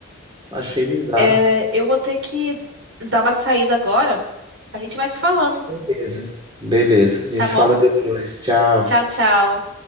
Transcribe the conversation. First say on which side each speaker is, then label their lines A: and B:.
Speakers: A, on the right (about 20°); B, on the right (about 60°).
A: Achei bizarro.
B: É, eu vou ter que dar uma saída agora. A gente vai se falando,
A: Beleza. Beleza. A
B: tá
A: gente
B: bom?
A: fala depois. Tchau.
B: Tchau, tchau.